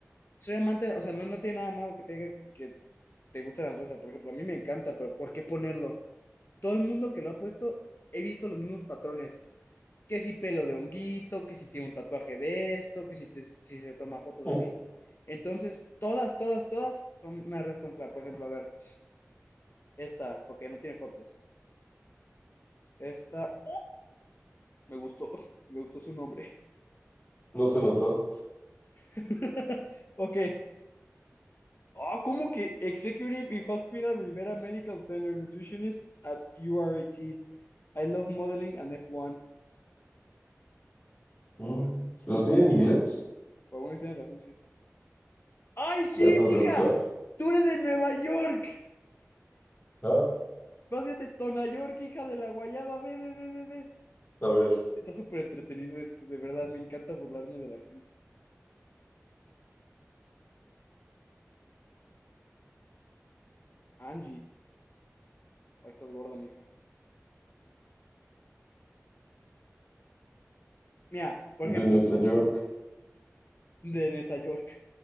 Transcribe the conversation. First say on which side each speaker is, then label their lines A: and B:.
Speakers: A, on the left; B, on the left.
A: soy amante, de la-". o sea, no, no tiene nada malo que te diga que te gusta la rosa, por ejemplo, a mí me encanta, pero ¿por qué ponerlo? Todo el mundo que lo ha puesto, he visto los mismos patrones, que si pelo de honguito, que si tiene un tatuaje de esto, que si, te- si se toma fotos
B: Mm,
A: así. Entonces, todas, todas, todas son una res con fla. Por ejemplo, a ver, esta, ok, no tiene fotos. Esta, me gustó, <laughs> me gustó su nombre.
B: No se notó.
A: <laughs> Ok. Ah, ¿cómo que Executive in Hospital Rivera Medical Center Nutritionist at URAT? I love modeling and F1.
B: Mm,
A: No, gracias.
B: ¿Lo tiene en inglés?
A: Por alguna extraña razón, sí. ¡Ay, sí,
B: Eso
A: hija!
B: es red flag.
A: ¡Tú eres de Nueva York!
B: Ah,
A: Más bien de Tona York, hija de la guayaba. Ve, ve, ve, ve, ve.
B: a ver,
A: Está súper entretenido esto, de verdad. Me encanta burlarme de la gente. Angie. Oh, estás gorda, mija. Mira, por
B: de
A: ejemplo,
B: Nueva York.
A: de Nueva York.